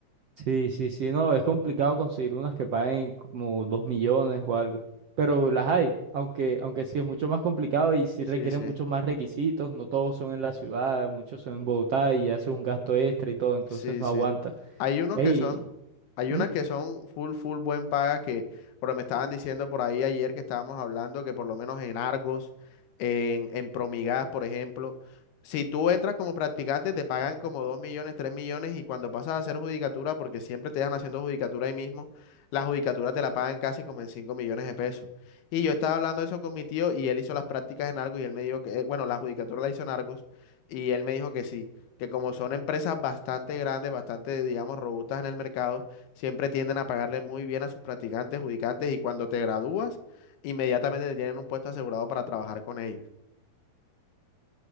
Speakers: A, on the right; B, on the left.
A: Sí, sí, sí, no, es complicado conseguir unas que paguen como dos millones o algo, pero las hay, aunque, aunque sí es mucho más complicado y sí
B: Sí,
A: requieren
B: sí.
A: muchos más requisitos, no todos son en la ciudad, muchos son en Bogotá y haces un gasto extra y todo, entonces
B: Sí,
A: no
B: sí.
A: aguanta.
B: Hay unos
A: Ey,
B: que son, hay
A: ¿mm?
B: unas que son full, full buen paga que, pero me estaban diciendo por ahí ayer que estábamos hablando que por lo menos en Argos, en, en Promigas, por ejemplo, si tú entras como practicante te pagan como 2 millones, 3 millones y cuando pasas a hacer judicatura, porque siempre te dejan haciendo judicatura ahí mismo, la judicatura te la pagan casi como en 5 millones de pesos. Y yo estaba hablando eso con mi tío y él hizo las prácticas en Argos y él me dijo que, eh, bueno, la judicatura la hizo en Argos y él me dijo que sí que como son empresas bastante grandes, bastante, digamos, robustas en el mercado, siempre tienden a pagarle muy bien a sus practicantes, judicantes, y cuando te gradúas, inmediatamente te tienen un puesto asegurado para trabajar con ellos.